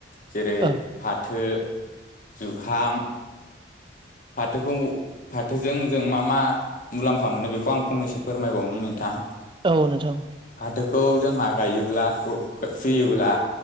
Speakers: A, on the left; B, on the right.
A: जेरै
B: औ
A: फाथो, जुखाम, फाथोखौ फाथोजों जों मा मा मुलाम्फा मोनो बेखौ आं फंनैसो फोरमायबावनि नोंथां
B: औ नोंथां
A: फाथो खौ जोंहा गायोब्ला फुर फियोब्ला